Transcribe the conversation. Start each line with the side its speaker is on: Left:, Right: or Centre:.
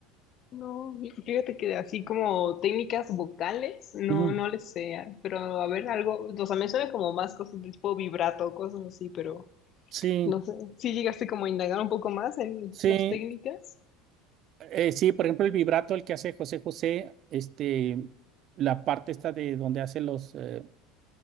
Left: No, fíjate que así como técnicas vocales, no,
Right: Ujú.
Left: no les sé, pero a ver, algo, o sea, me suena como más cosas de tipo vibrato, cosas así, pero
Right: Sí,
Left: no sé, si llegaste como a indagar un poco más en
Right: sí.
Left: las técnicas.
Right: Eh, sí, por ejemplo, el vibrato, el que hace José José, este, la parte esta de donde hace los, eh,